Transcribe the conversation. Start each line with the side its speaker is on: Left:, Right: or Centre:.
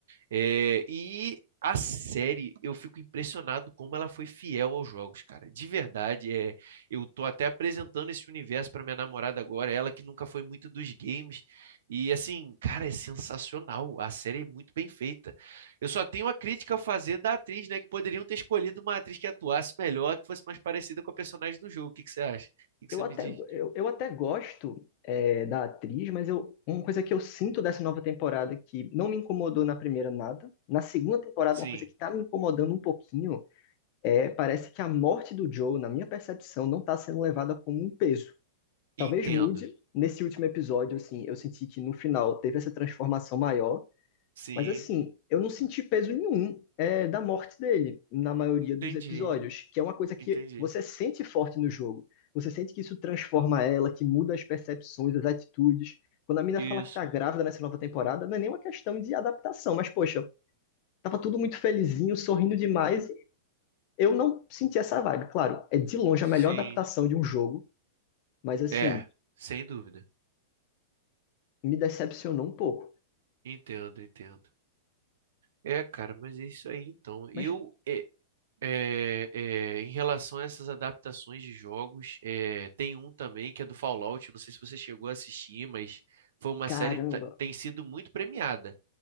Right: É, e a série, eu fico impressionado como ela foi fiel aos jogos, cara. De verdade, é, eu tô até apresentando esse universo para minha namorada agora, ela que nunca foi muito dos games. E assim, cara, é sensacional. A série é muito bem feita. Eu só tenho uma crítica a fazer da atriz, né? Que poderiam ter escolhido uma atriz que atuasse melhor, que fosse mais parecida com a personagem do jogo. O que que você acha? O que que
Left: Eu
Right: você
Left: até,
Right: me diz?
Left: eu, eu até gosto é, da atriz, mas eu, uma coisa que eu sinto dessa nova temporada que não me incomodou na primeira nada, na segunda temporada,
Right: Sim,
Left: uma coisa que tá me incomodando um pouquinho é parece que a morte do Joe, na minha percepção, não tá sendo levada como um peso. Talvez
Right: entendo.
Left: mude nesse último episódio, assim, eu senti que no final teve essa transformação maior,
Right: Sim,
Left: mas assim, eu não senti peso nenhum é, da morte dele na maioria
Right: entendi.
Left: dos episódios, que é uma coisa que
Right: Entendi.
Left: você sente forte no jogo. Você sente que isso transforma ela, que muda as percepções, as atitudes. Quando a mina
Right: Isso.
Left: fala que tá grávida nessa nova temporada, não é nenhuma questão de adaptação, mas poxa, tava tudo muito felizinho, sorrindo demais, e eu não senti essa vibe. Claro, é de longe
Right: Sim.
Left: a melhor adaptação de um jogo, mas assim,
Right: É, sem dúvida.
Left: me decepcionou um pouco.
Right: Entendo, entendo. É, cara, mas é isso aí então.
Left: Mas,
Right: Eu, é, é, é, em relação a essas adaptações de jogos, é, tem um também que é do Fallout. Não sei se você chegou a assistir, mas foi uma
Left: caramba,
Right: série que tá- tem sido muito premiada.